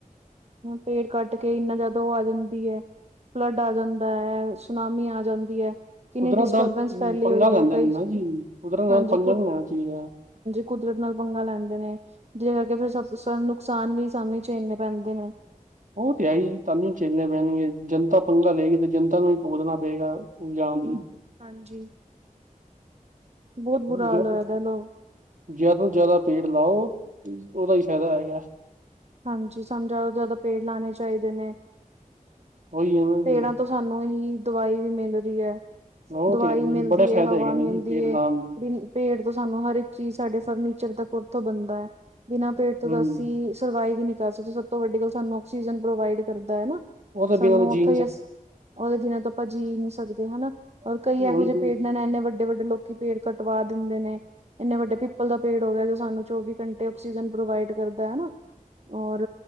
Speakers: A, on the right; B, on the right.
A: ਪੇਟ ਕੱਟ ਕੇ ਇੰਨਾ ਜ਼ਿਆਦਾ ਉਹ ਆ ਜਾਂਦੀ ਹੈ। ਫਲੱਡ ਆ ਜਾਂਦਾ ਹੈ, ਸੁਨਾਮੀ ਆ ਜਾਂਦੀ ਹੈ। ਕਿੰਨੀ
B: ਕੁਦਰਤ
A: ਡਿਸਟਰਬੈਂਸ
B: ਨਾਲ ਅਮ,
A: ਫੈਲੀ
B: ਪੰਗਾ
A: ਹੋਈ
B: ਲੈਂਦੇ
A: ਹੈ ਕਈ,
B: ਨੇ ਨਾ ਜੀ ਕੁਦਰਤ ਨਾਲ
A: ਹਾਂਜੀ।
B: ਪੰਗਾ ਨੀ ਲੈਣਾ ਚਾਹੀਦਾ
A: ਕੁਦਰਤ ਨਾਲ ਪੰਗਾ ਲੈਂਦੇ ਨੇ ਜਿਹਦੇ ਕਰਕੇ ਫਿਰ ਨੁਕਸਾਨ ਵੀ ਸਾਨੂੰ ਹੀ ਝੇਲਨੇ ਪੈਂਦੇ ਨੇ।
B: ਉਹ ਤੇ ਆਈ, ਤੁਹਾਨੂੰ ਚੇਲਨੇ ਪੈਣਗੇ ਜਨਤਾ ਪੰਗਾ ਲਏਗੀ ਤੇ ਜਨਤਾ ਨੂੰ ਭੁਗਤਨਾ ਪਏਗਾ ਇਲਜਾਮ ਵੀ।
A: ਹਾਂਜੀ। ਬਹੁਤ ਬੁਰਾ
B: ਜਿਆਦਾ
A: ਹਾਲ ਹੋਇਆ ਦਾ ਲੋ
B: ਤੋਂ ਜਿਆਦਾ ਪੇੜ ਲਾਓ। ਉਹਦਾ ਹੀ ਫਾਇਦਾ ਹੈਗਾ।
A: ਹਾਂਜੀ, ਸਾਨੂੰ ਜ਼ਿਆਦਾ ਤੋਂ ਜ਼ਿਆਦਾ ਪੇੜ ਲਾਉਣੇ ਚਾਹੀਦੇ ਨੇ।
B: ਉਹੀ ਹੈ ਨਾ ਜੀ
A: ਪੇੜਾਂ ਤੋਂ ਸਾਨੂੰ ਇ ਦਵਾਈ ਵੀ ਮਿੱਲਦੀ ਹੈ।
B: ਉਹ
A: ਦਵਾਈ
B: ਤੇ ਹੈ ਹੀ ਜੀ
A: ਮਿਲਦੀ
B: ਬੜੇ
A: ਹੈ,
B: ਫਾਇਦੇ
A: ਹਵਾ
B: ਹੈਗੇ ਨੇ
A: ਮਿਲਦੀ
B: ਜੀ ਪੇੜ
A: ਹੈ
B: ਲਾਉਣ ਦੇ
A: ਪੇੜ ਤੋਂ ਸਾਨੂੰ ਹਰ ਇੱਕ ਚੀਜ਼ ਸਾਡੇ ਫਰਨੀਚਰ ਤੋ ਬਣਦਾ ਹੈ ਬਿਨਾਂ ਪੇੜ ਤੋਂ
B: ਹੂੰ
A: ਤਾਂ ਅਸੀਂ ਸਰਵਾਈਵ ਵੀ ਨਹੀਂ ਸਭ ਤੋਂ ਵੱਡੀ ਗੱਲ ਸਾਨੂੰ ਆਕਸੀਜਨ ਪ੍ਰੋਵਾਈਡ ਕਰਦਾ ਹੈਨਾ।
B: ਉਹਦੇ ਬਿਨਾਂ ਜੀਣਾ
A: ਆਉਂਦੇ ਬਿਨਾ ਆਪਾ ਤੇ ਜੀ ਨਹੀਂ ਸਕਦੇ ਹੈਨਾ, ਔਰ ਕਈ ਇਹੋ
B: ਉਹੀ
A: ਜਿਹੇ
B: ਤੇ
A: ਪੇਟਨ ਇਨੇ ਵੜੇ ਵੱਡੇ ਵੱਡੇ ਲੋਕੀ ਪੇੜ ਕਟਵਾ ਦਿੰਦੇ ਨੇ ਇੰਨੇ ਵੱਡੇ ਪਿੱਪਲ ਦਾ ਪੇੜ ਹੋ ਗਿਆ ਸਾਨੂੰ ਚੌਵੀ ਘੰਟੇ ਆਕਸੀਜਨ ਪ੍ਰੋਵਾਈਡ ਕਰਦਾ ਹੈਨਾ ਔਰ